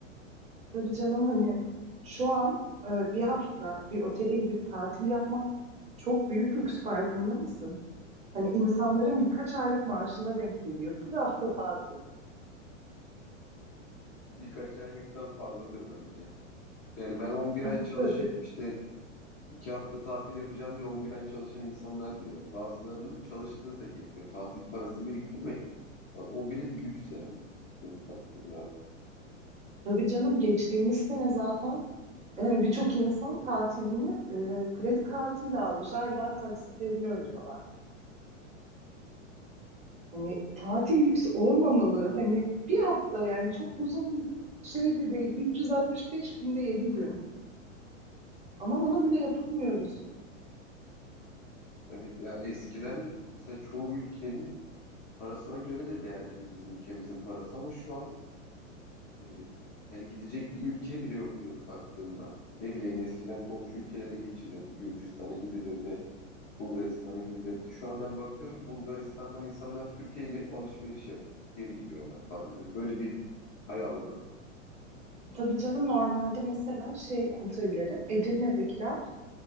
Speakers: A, on the right; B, on the left.
A: Tabii canım hani şu an e, bir hafta bir otele gidip tatil yapmak çok büyük lüks farkında mısın? Hani insanların birkaç aylık maaşına denk geliyor. Bir hafta tatil.
B: <laughs> Birkaç aylıktan fazladır bence. Yani ben 11
A: <laughs>
B: ay çalışıp
A: Tabii.
B: işte 2 hafta tatil yapacağım diye 11 ay çalışan insanlar biliyorum. Bazılarının çalıştığı da yetmiyor. Tatil parası biriktirmek. Bak, o bile lüks yani. Dönüp baktığında artık.
A: Tabii canım geçtiğimiz sene zaten Ee, Birçok insan tatilini e, kredi kartıyla almış. Hala taksitlerini ödüyorlar. Hani tatil lüks olmamalı. Hani bir hafta yani çok uzun bir şey de değil. 365 günde 7 gün. Ama onu bile yapamıyoruz.
B: Evet ya eskiden mesela çoğu ülkenin parasına göre de değerliydi bizim ülkemizin parası ama şu an e, yani gidecek bir ülke bile yok dönüp baktığında. Ne bileyim eskiden komşu ülkelere geçilirdi. Gürcistan'a gidilirdi. Bulgaristan'a gidilirdi. Şu an ben bakıyorum Bulgaristan'dan insanlar Türkiye'ye gelip alışveriş yapıp geri gidiyorlar falan. Yani böyle bir hal aldı.
A: Tabii canım normalde mesela şey hatırlarım. Edirne'dekiler